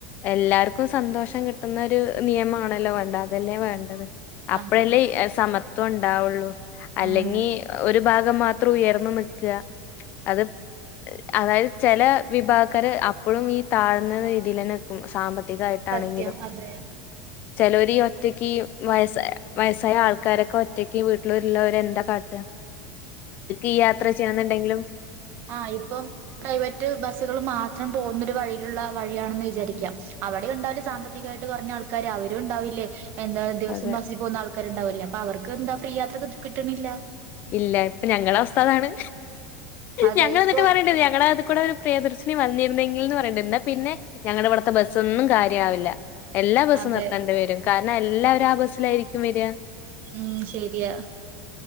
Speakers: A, on the left (about 50°); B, on the right (about 50°).
A: എല്ലാർക്കും സന്തോഷം കിട്ടുന്നരു നിയമാണല്ലോ വേണ്ട അതല്ലേ വേണ്ടത്. അപ്പഴല്ലേ
B: അതെ
A: സമത്വം ഉണ്ടാവുള്ളു അല്ലെങ്കി
B: ഉം
A: ഒരു ഭാഗം മാത്രം ഉയർന്ന നിക്ക്യ അത് അതായ ചെല വിഭാഗക്കാര് അപ്പഴും ഈ താഴ്ന്ന രീതിയിലെ ന്നെ സാമ്പത്തികായിട്ടാണെങ്കിലും
B: സത്യം അതെ
A: ച ലോലീ ഒ ഒറ്റക്ക് വയസായ വയസ്സായ ആൾക്കാരൊക്കെ ഒറ്റക്ക് വീട്ടിലള്ളവരെ എന്താ കാട്ട്യ- ഈ യാത്ര ചെയ്യുന്നുണ്ടെങ്കിലും..
B: ആ ഇപ്പം പ്രൈവറ്റ് ബസ്സുകൾ മാത്രം പോകുന്നൊരു വഴി- ലുള്ള വഴിയാണെന്ന് വിചാരിക്കാം. അവിടെ ഉണ്ടാവില്ല സാമ്പത്തികായിട്ട് കുറഞ്ഞ ആൾക്കാര് അവരും ഉണ്ടാവില്ലേ. എന്താ ദിവസം
A: അതെ.
B: ബസ്സിപോകുന്ന ആൾക്കാരുണ്ടാവല്ലേ, അപ്പ അവർക്ക് എന്താ ഫ്രീ യാത്ര ക് കിട്ടണില്ല.
A: ഇല്ല ഇപ്പഞങ്ങള അവസ്ഥതാണ്.
B: അതെ
A: ഞങ്ങള്
B: ഇപ്പൊ
A: ന്നട്ട് പറീണ്ട് ഞങ്ങള അത് കൂടെ പ്രിയദർശിനി വന്നിരുന്നെങ്കിലിൽ ന്ന് പറയണ്ട്. ന്നാ പിന്നെ ഞങ്ങടെ ഇവട്ത്തെ ബസ്സൊന്നും കാര്യ ആവില്ല. എല്ലാ ബസ്സും
B: അതെ
A: നിർത്തണ്ടി വരും കാരണം എല്ലാവരും ആ ബസ്സിലായിരിക്കും വര്യ.
B: ഉം ശെരിയാ.